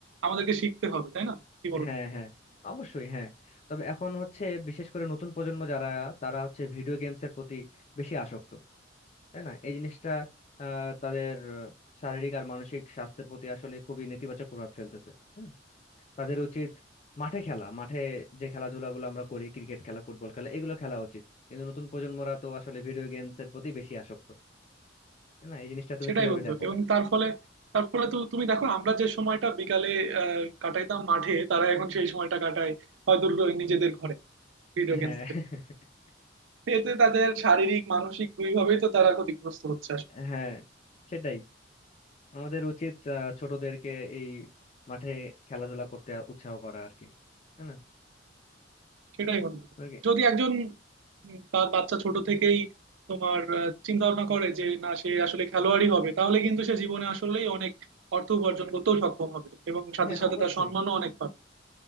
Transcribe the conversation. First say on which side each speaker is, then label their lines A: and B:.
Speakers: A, on the right; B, on the left.
A: আমাদেরকে শিখতে হবে তাই না কি বলো
B: হ্যাঁ
A: তুমি?
B: হ্যাঁ অবশ্যই হ্যাঁ তবে এখন হচ্ছে বিশেষ করে নতুন প্রজন্ম যারা তারা হচ্ছে ভিডিও গেমস এর প্রতি বেশি আসক্ত তাই না এই জিনিসটা আহ, তাদের আহ, শারীরিক আর মানসিক স্বাস্থ্যের প্রতি আসলে খুবই নেতিবাচক প্রভাব ফেলতেছে হুম, তাদের উচিত মাঠে খেলা মাঠে যে খেলাধুলাগুলো আমরা করি ক্রিকেট খেলা ফুটবল খেলা এগুলো খেলা উচিত কিন্তু নতুন প্রজন্মরা তো আসলে ভিডিও গেমস এর প্রতি বেশি আসক্ত তাই না এই জিনিসটা তুমি
A: সেটাই
B: কিভাবে
A: বন্ধু
B: দেখো
A: এবং তার ফলে তার ফলে তো তুমি দেখো আমরা যে সময়টা বিকালে আহ কাটাইতাম মাঠে তারা এখন সেই সময়টা কাটায় হয়তো নিজেদের ঘরে ভিডিও
B: হ্যাঁ
A: গেমস
B: <laughs>
A: খেলে এতে তাদের শারীরিক মানসিক দুইভাবেই তো তারা ক্ষতিগ্রস্ত হচ্ছে
B: হ্যাঁ সেটাই আমাদের উচিত আহ, ছোটদেরকে এই মাঠে খেলাধুলা করতে উৎসাহ করা আর কি তাই না
A: সেটাই বন্ধু
B: আর কি-
A: যদি একজন উম, তার বাচ্চা ছোট থেকেই তোমার চিন্তা ভাবনা করে যে না সে আসলে খেলোয়াড়ই হবে তাহলে কিন্তু সে জীবনে আসলেই অনেক অর্থ উপার্জন করতেও সক্ষম হবে এবং সাথে
B: হ্যাঁ
A: সাথে
B: অবশ্যই
A: তার সম্মানও অনেক পাবে